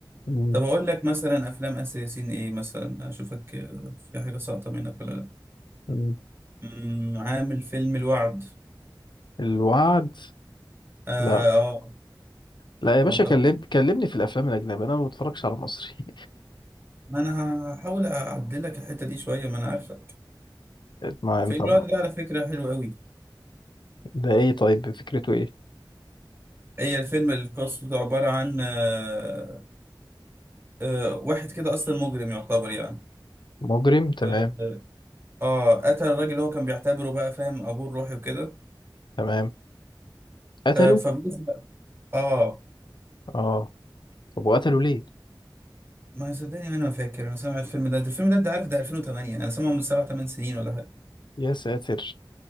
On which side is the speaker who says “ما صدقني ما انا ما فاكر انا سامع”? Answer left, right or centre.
Right